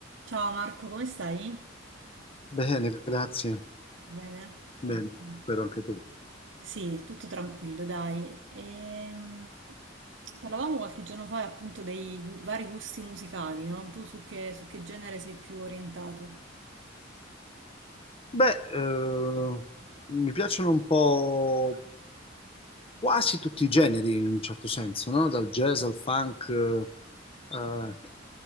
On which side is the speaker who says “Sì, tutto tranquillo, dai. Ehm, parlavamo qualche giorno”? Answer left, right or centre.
Right